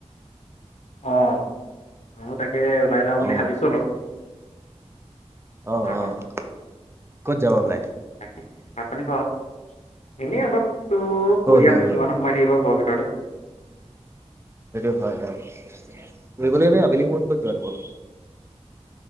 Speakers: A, on the left (about 75°); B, on the right (about 20°).
A: অঁ, ময়ো তাকে ওলাই যাওঁ বুলি
B: অ
A: ভাবিছোঁ, অলপ।
B: অ',
A: যাম
B: অ',
A: আৰু
B: ক'ত যাবা ওলাই?
A: হয়, ভাত পানী খোৱা হ'ল? এনেই অলপ ফুৰি
B: হ'ল
A: আহোঁ,
B: হ'ল হ'ল
A: কিমান ন সোমাই থাকিবা ঘৰৰ ভিতৰতে।
B: সেইটোৱে, হয়, হয়, ফুৰিবলৈ এনেই আবেলি সময়ত ক'ত যোৱা তোমালোক?